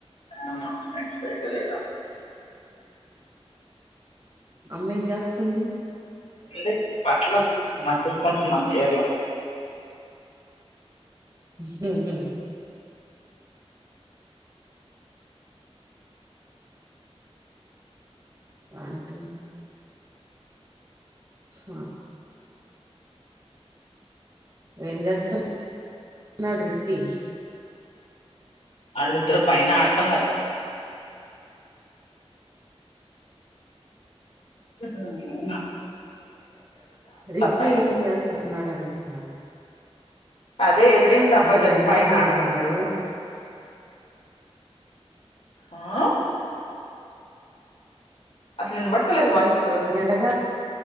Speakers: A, on the left; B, on the right.
A: అవును నెట్ సరిగలేదా
B: అమ్మేం చేస్తుంది
A: టే బట్టలు మార్తేసుకుంటున్నాం చీరలు
B: హా హా అకె స ఏం చేస్తున్నాడు రిక్కీ
A: వాళ్ళు ఇద్దరు పైన ఆడుతున్నారు ఊ
B: రిక్కీ
A: పైన
B: ఏం చేస్తున్నాడు అంటున్నా
A: అదే ఎదురింటి అబ్బాయి
B: అమ్మో
A: తోటి
B: ఎండగా
A: పైన
B: లేదా
A: ఆడుతున్నాడు
B: మీకు
A: ఆ అట్ల వినబడుతలేదు వాయిస్
B: ఎండక